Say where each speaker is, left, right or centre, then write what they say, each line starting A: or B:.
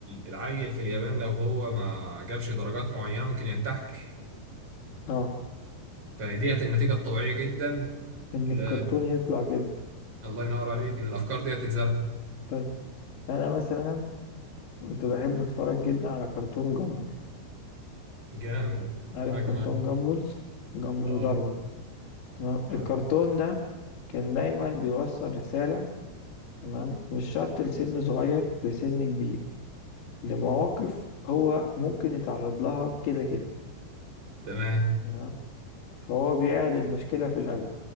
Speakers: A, on the right; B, on the left.
A: العيل في اليابان لو هو ما جابش درجات معينه ممكن ينتحر
B: اه
A: فديت النتيجه الطبيعيه جدا
B: إن
A: ل...
B: الكرتون يطلع كده
A: الله ينور عليك ان الافكار ديت تتزرع
B: طيب أنا مثلا كنت بحب أتفرج جدا على كرتون جامبل
A: جامد
B: عارف
A: انا
B: كرتون
A: كمان
B: جامبل؟ جامبل
A: اه
B: وداروين تمام
A: تمام
B: الكرتون ده كان دايما بيوصل رسالة تمام مش شرط لسن صغير لسن كبير لمواقف هو ممكن يتعرض لها كده كده
A: تمام
B: تمام فهو بيعرض المشكلة في الأول